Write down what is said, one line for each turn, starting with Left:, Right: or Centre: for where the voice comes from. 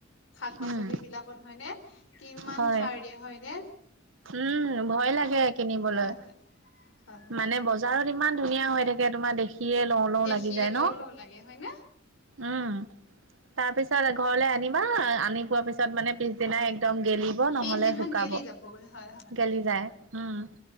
Left: শাক পাচলি
Right: উম
Left: বিলাকত হয়নে কিমান
Right: হয়
Left: খাৰ দিয়া হয় নে
Right: উম ভয় লাগে কিনিবলৈ
Left: হয় হয় হয়
Right: মানে বজ বজাৰত ইমান ধুনীয়া হৈ থাকে তোমাৰ দেখি সিয়ে লওঁ লওঁ
Left: দেখিয়ে
Right: লাগি যায়
Left: লও
Right: ন
Left: লও লাগে হয়নে
Right: উম তাৰ পিছত ঘৰলে আনিবা আনি পোৱা পিছত মানে পিছদিনা একদম গেলিব নহলে
Left: পিছদিনাখন
Right: শুকাব
Left: গেলি যাবগৈ হয় হয়
Right: গেলি যায় উম